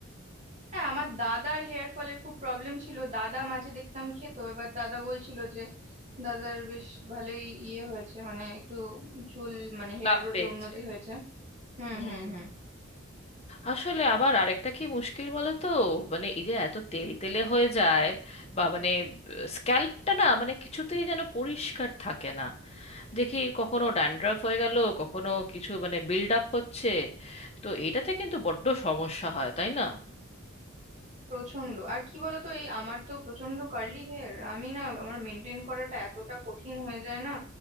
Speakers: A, on the right (about 35°); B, on the left (about 30°).
A: হ্যাঁ আমার দাদার হেয়ার ফলের খুব প্রবলেম ছিল দাদা মাঝে দেখতাম খেত এবার দাদা বলছিল যে দাদার বেশ ভালোই ইয়ে হয়েছে মানে একটু চুল মানে হেয়ার
B: লাভ
A: গ্রোথে
B: পেয়েছে
A: উন্নতি হয়েছে হুম
B: হুম
A: হুম হুম
B: আসলে আবার আরেকটা কি মুশকিল বলো তো মানে এই যে এত তেল তেলে হয়ে যায় বা মানে স্ক্যাল্পটা না মানে কিছুতেই যেন পরিষ্কার থাকে না দেখি কখনো ড্যান্ড্রাফ হয়ে গেল কখনো কিছু মানে বিল্ড আপ হচ্ছে তো এটাতে কিন্তু বড্ড সমস্যা হয় তাই না
A: প্রচন্ড আর কি বলতো এই আমার তো প্রচন্ড কার্লি হেয়ার আমি না আমার মেনটেন করাটা এতটা কঠিন হয়ে যায় না